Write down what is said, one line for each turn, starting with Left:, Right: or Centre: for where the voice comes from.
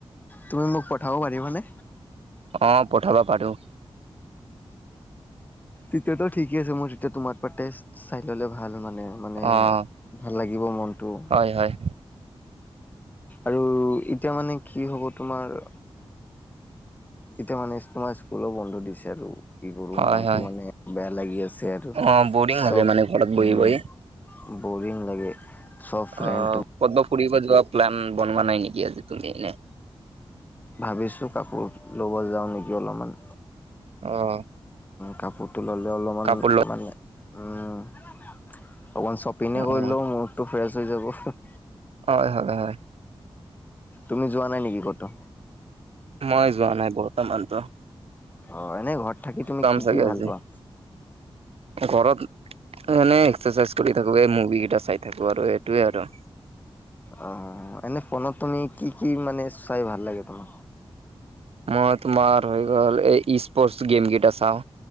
Left: তুমি, মোক পঠাব পাৰিবানে?
Right: অ, পঠাব পাৰোঁ।
Left: তেতিয়াতো ঠিকে আছে, মোৰ তেতিয়া তোমাৰ টেষ্ট চাই ললে ভাল মানে। মানে
Right: অ',
Left: ভাল লাগিব মনটোও।
Right: হয়, হয়,
Left: আৰু এতিয়া মানে কি হ'ব তোমাৰ। এতিয়া মানে তোমাৰ স্কুলো বন্ধ দিছে আৰু। কি কৰো
Right: হয়,
Left: মনটো
Right: হয়
Left: মানে বেয়া লাগি আছে আৰু।
Right: অ', বৰিং
Left: চব
Right: লাগে মানে ঘৰত বহি
Left: উম,
Right: বহি
Left: বৰিং লাগে। চব ফ্ৰেণ্ড
Right: অ' ক'তো ফুৰিব যোৱা প্লান বনোৱা নাই নেকি আজি তুমি এনে?
Left: ভাবিছোঁ কাপোৰ ল'ব যাওঁ নেকি অলপমান।
Right: অ',
Left: কাপোৰটো ল'লে অলপমান
Right: কাপোৰ ল
Left: মানে উম অকণমান চব। পিনে
Right: অ',
Left: কৰিলেও মুডটো ফ্ৰেছ হৈ যাব। অ'
Right: হয়, হয়, হয়
Left: তুমি যোৱা নাই নেকি কতো?
Right: মই যোৱা নাই বৰ্তমানটো।
Left: অ' এনেই ঘৰত থাকি তুমি কি-কি
Right: চাগে
Left: ভাল
Right: আজি
Left: পোৱা?
Right: <inaudible> ঘৰত মানে এক্সাৰচাইজ কৰি থাকো এই মুভি কেইটা চাই থাকো আৰু এইটোয়ে আৰু।
Left: অ, এনে ফোনত তুমি কি কি মানে চাই ভাল লাগে তোমাক?
Right: মই তোমাৰ হৈ গল ই স্প'ৰ্টছ গেম গিতা চাও।